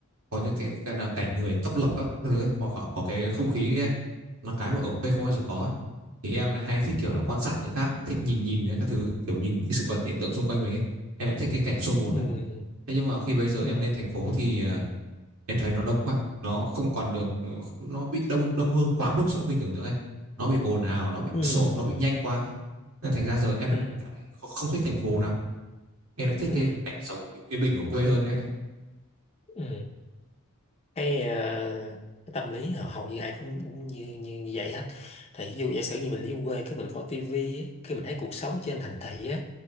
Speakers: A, on the right; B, on the left.
A: có những cái, cái là cảnh người tấp lập các thứ ấy, có, có có cái không khí ấy, nó cái mà ở quê không bao giờ có ấy. thì em này hay thích kiểu
B: ừ
A: là quan sát người khác thích nhìn nhìn ấy, các thứ kiểu nhìn cái sự vật hiện tượng xung quanh mình ấy em lại thích cái cảnh xô bồn
B: ừ
A: đấy thế nhưng mà khi bây giờ
B: ừ
A: em lên thành phố thì ờ, em thấy nó đông quá nó không còn được ờ, nó bị đông đông hơn quá mức so với mình tưởng tượng ấy nó bị ồn ào nó bị
B: ừ
A: xô nó bị nhanh quá nên thành ra giờ em lại
B: ừ
A: không không thích thành phố lắm em lại thích
B: ừ
A: cái cảnh sống yên bình ở quê hơn đấy anh ạ
B: ừ cái, ờ, cái tâm lý hầu hầu như ai cũng cũng như như, như vậy hết thì ví dụ giả sử như mình đi quê cái mình coi tivi á, cái mình thấy cuộc sống trên thành thị á